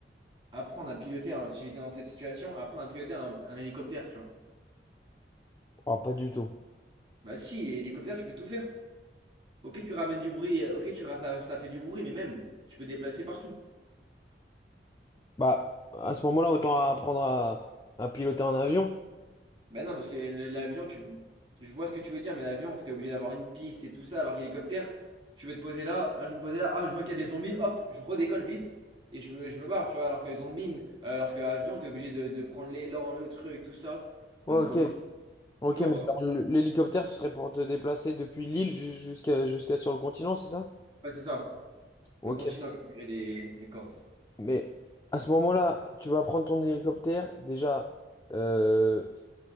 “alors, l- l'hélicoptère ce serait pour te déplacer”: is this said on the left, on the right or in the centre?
Left